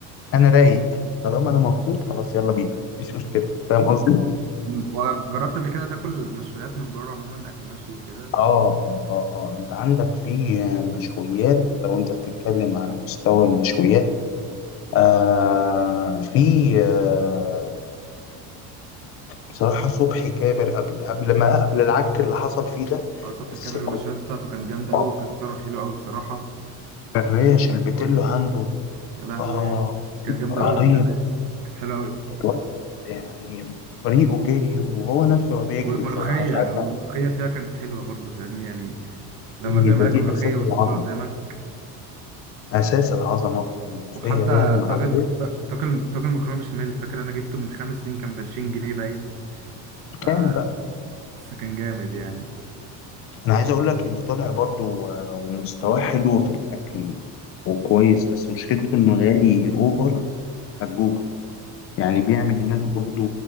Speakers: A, on the left (about 40°); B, on the right (about 60°).
A: انا رايق طالما انا مبسوط خلاص يلا بينا مش مشكله فاهم قصدي
B: مم. وجربت قبل كده تاكل مشويات من بره عموما اكل مشوي وكده
A: اه اه اه آه. انت عندك في مشويات لو انت بتتكلم على مستوى المشويات آه في آه بصراحة صبحي كابر قبل قبل ما قبل العك اللي حصل فيه ده
B: اه صبحي
A: بس
B: كاميرا
A: كنت
B: المشويات بتاعته كان جامدة أوي
A: آه،
B: وكان سعره حلو أوي بصراحة
A: الريش البتلو
B: وال-
A: عنده
B: يا لهوي
A: آه
B: كانت جامدة
A: رهيب
B: أوي بزيادة يعني. كانت حلوة أوي
A: الواد يعني طريقه جري وهو نفسه ما بيجري
B: والملوخية
A: بصراحة مش عارف
B: والملوخية فيها كانت حلوة برضه فاهمني يعني لما
A: دي
B: بيعملك
A: ده دي
B: ملوخية
A: أساس
B: ويصبها
A: العظمة
B: قدامك
A: أساس العظمة الموسيقية
B: وحتى
A: ديت مع
B: طاجن
A: الريش
B: ط- طاجن طاجن مكرونة بشاميل فاكر أنا جبته من خمس سنين كان ب 20 جنيه باين ف
A: كان بقى
B: بس كان جامد يعني
A: أنا عايز أقول لك اللي طالع برضو آه، ومستواه حلو في الأكل وكويس بس مشكلته إنه غالي أوفر هتجوع يعني بيعمل هناك برضو